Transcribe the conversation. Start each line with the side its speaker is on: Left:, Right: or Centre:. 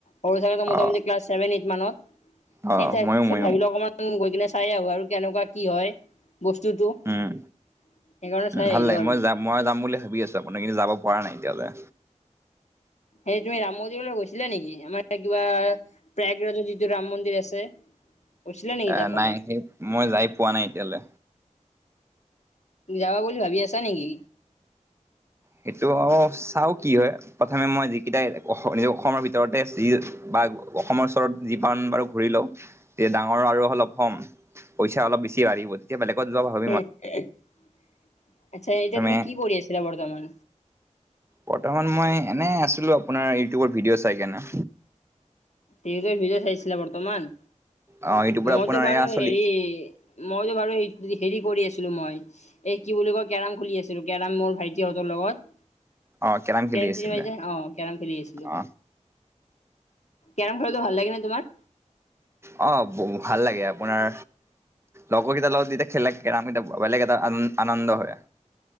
Left: সৰু থাকোতে মোটামুটি
Right: অ
Left: ক্লাছ ছেভেন এইট মানত
Right: অ
Left: সেই তাৰ
Right: ময়ো
Left: পিছত
Right: ময়ো
Left: ভাবি লও অকমান গৈ কিনে চাই আহো আৰু কেনেকুৱা কি হয় বস্তুটো সেইকাৰণে
Right: উম
Left: চাই
Right: ভাল
Left: আহিলোঁ
Right: লাগে
Left: আৰু
Right: মই যাম মই যাম বুলি ভাবি আছোঁ আপোনাৰ কিন্তু যাব পৰা নাই এতিয়ালৈ
Left: এই তুমি ৰাম মন্দিৰলৈ গৈছিলা নেকি আমাৰ কিবা প্ৰাগৰাইজত যিটো ৰাম মন্দিৰ আছে গৈছিলা নেকি
Right: এ
Left: তাৰফালে
Right: নাই সেই মই যাই পোৱা নাই এতিয়ালে
Left: যাবা বুলি ভাবি আছা নেকি
Right: সেইটো চাওঁ কি হয় প্ৰথমে মই যিকেইটাই অস অসমৰ ভিতৰতে আছে বা অসমৰ ওচৰত যিমান বাৰু ঘূৰি লওঁ তেতিয়া ডাঙৰ আৰু অলপ হম পইচা অলপ বেছি বাঢ়িব তেতিয়া বেলেগত যোৱা ভাব
Left: <unintelligible> আচ্ছা এতিয়া
Right: প্ৰথমে
Left: তুমি কি কৰি আছিলা বৰ্তমান
Right: বৰ্তমান মই এনেই আছিলো আপোনাৰ ইউটিউবত ভিডিঅ' চাই কেনে
Left: ইউটিউবত ভিডিঅ' চাইছিলা বৰ্তমান
Right: অ ইউটিউবত
Left: মইতো
Right: আপোনাৰ
Left: বাৰু
Right: এয়া চলি
Left: হেৰি মইতো বাৰু হেৰি কৰি আছিলো মই এই কি বুলি কয় কেৰাম খুলি আছিলো কেৰাম মোৰ ভাইটিহঁতৰ লগত
Right: অ কেৰাম খেলি
Left: কেৰম
Right: আছিলে
Left: চিনি পাই যে অ কেৰম খেলি আছিলো
Right: অ
Left: কেৰম খেলতো ভাল লাগে নে তোমাৰ
Right: অ ভাল লাগে আপোনাৰ লগৰ কেইটা লগত যেতিয়া খেলে কেৰম তেতিয়া বেলেগ এটা আন আনন্দ হয়